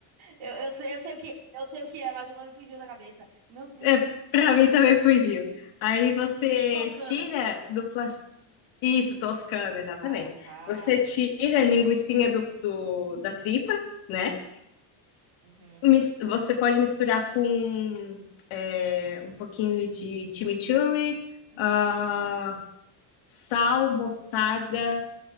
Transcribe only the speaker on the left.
É, para
mim também fugiu. Aí você
tira do plástico. Isso, toscano, exatamente.
Você tira a linguicinha do, do- da tripa, né?
Mis- Você pode misturar com é, um pouquinho de chimichurri,
ah, sal, mostarda.